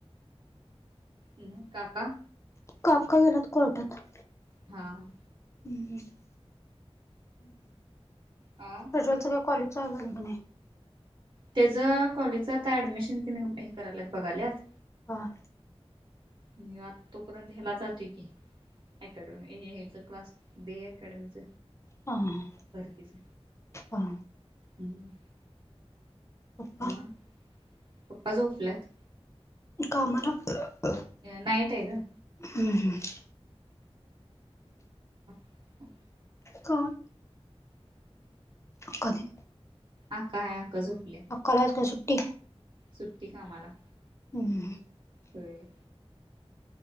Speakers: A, on the right; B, on the left.
A: हम् काका.
B: काका गेले कोर्टात.
A: हा.
B: हम्म हम्म्.
A: आं.
B: प्रज्वल कॉलेज चालू आहे का नाही का.
A: त्याच कॉलेजच आ ऍडमिशन ति हे करायत बघाल्यात.
B: हां.
A: मी आ तोपर्यंत्याला जातोय की. अकॅडमीचा क्लास दे अकॅडमीच.
B: हा
A: परतीच
B: हा
A: हम्म.
B: पप्पा
A: मग पप्पा झोपल्यात.
B: कामाला हम्
A: नाईट आहे ग.
B: हम्,
A: हो.
B: काय कधी
A: आका आहे. आका झोपल्या.
B: आकाला आज काय सुट्टी.
A: सुट्टी कामाला
B: हमं,
A: होय.